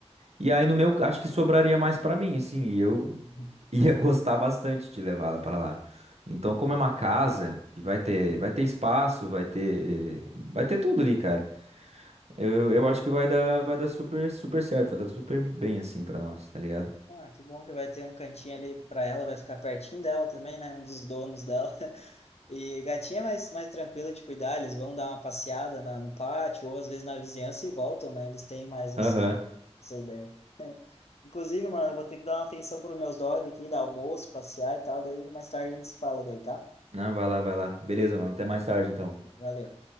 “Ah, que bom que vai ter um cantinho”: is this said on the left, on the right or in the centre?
Left